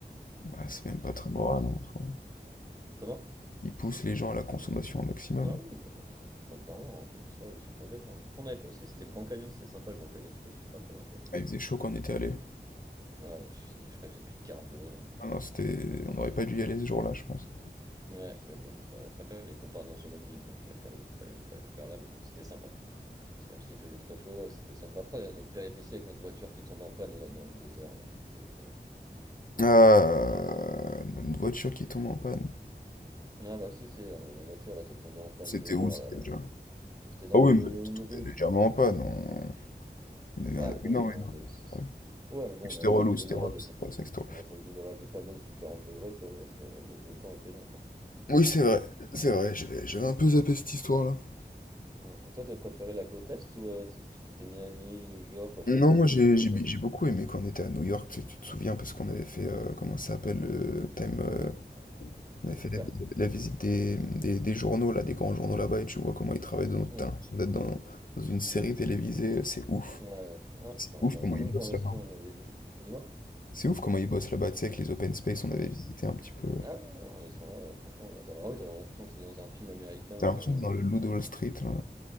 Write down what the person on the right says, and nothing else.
C'est
fou. ça.
Comment?
Ah
oui, bah, tr- très, clairement, ils savent, ils sont pas bêtes. hein. On avait fait aussi, c'était le Grand Canyon, c'était sympa le Grand Canyon, je sais pas si tu te rappelles un peu.
Ah, ouais, je sais- je crois qu'il faisait plus de 40 degrés. hein.
Ouais, mais bon, enfin, après, fallait qu'on parte dans une autre ville, donc euh, fallait, fallait, fallait le faire là, mais bon, c'était sympa. Parce que même s'il faisait très chaud, euh, c'était sympa. Après, notre péripétie avec notre voiture qui tombe en panne là dans le désert, là, je pouvais plus. hein.
Ah bah si, c'est, on avait la voiture là qui est tombée en panne
deux
heures
là.
C'était dans
euh,
une
route.
Ah mais bon,
et
on
est.
Ouais, mais bon,
on a attendu
deux
heures
là des,
on a attendu deux heures là des panneuses sous 40 degrés quoi. Ça- le, le temps était long quoi.
Hum. Toi, t'avais préféré la côte est ou euh, tu sais, tout ce qui était Miami, New York, Washington
ou plus
la côte
ouest?
T'as
vu
quoi?
Hmm.
Ouais, ouais, c'est- ah, c'était
intéressant.
Même
quand aussi
on avait vu. Dis-moi.
Hmm.
Ah ouais, ouais, non, ils sont ouais, franchement, bah, t'as vraiment, oui, t'as vraiment l'impression que t'étais dans un film américain. euh,